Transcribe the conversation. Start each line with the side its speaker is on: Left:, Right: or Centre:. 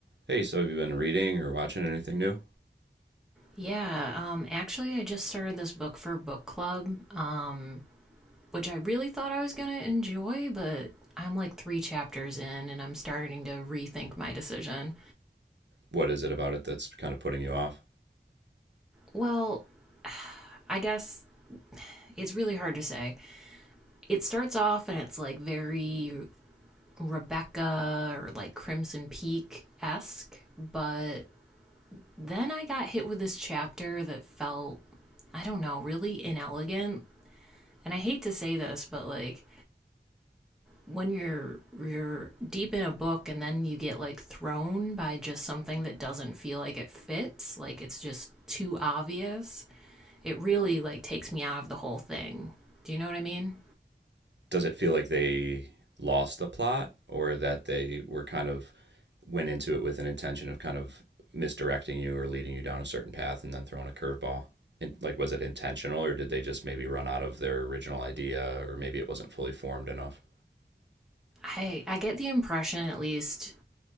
Right: Hey, so have you been reading or watching anything new?
Centre: Yeah, um, actually, I just started this book for book club, um, which I really thought I was going to enjoy, but I'm like three chapters in and I'm starting to rethink my decision.
Right: What is it about it that's kind of putting you off?
Centre: Well, I guess it's really hard to say. It starts off and it's like very Rebecca or like Crimson Peak esque, but then I got hit with this chapter that felt, I don't know, really inelegant. And I hate to say this, but like, when you're you're deep in a book and then you get like thrown by just something that doesn't feel like it fits, like it's just too obvious, it really like takes me out of the whole thing. Do you know what I mean?
Right: Does it feel like they lost the plot or that they were kind of went into it with an intention of kind of misdirecting you or leading you down a certain path and then throwing a curveball? And like, was it intentional or did they just maybe run out of their original idea or maybe it wasn't fully formed enough?
Centre: I I get the impression at least